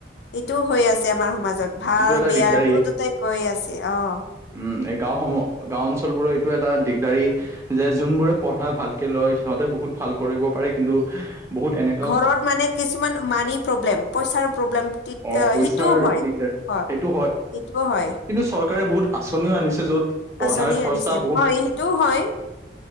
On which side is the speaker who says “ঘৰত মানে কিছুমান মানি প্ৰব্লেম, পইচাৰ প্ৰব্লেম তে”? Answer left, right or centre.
Left